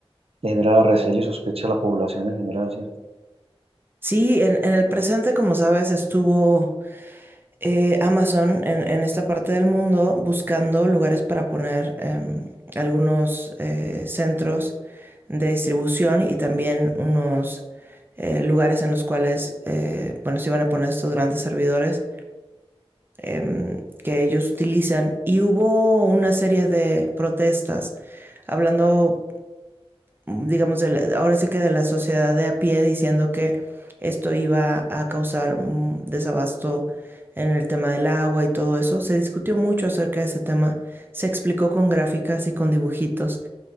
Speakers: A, on the right; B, on the right.
A: le genera recelo y sospecha a la población en general, ¿cierto?
B: Sí, en, en el presente, como sabes, estuvo eh, Amazon en, en esta parte del mundo buscando lugares para poner em, algunos eh, centros de distribución y también unos eh, lugares en los cuales, eh, bueno, se iban a poner estos grandes servidores em, que ellos utilizan. Y hubo una serie de protestas hablando digamos, de la- ahora sí que de la sociedad de a pie diciendo que esto iba a causar un desabasto en el tema del agua y todo eso. Se discutió mucho acerca de ese tema, se explicó con gráficas y con dibujitos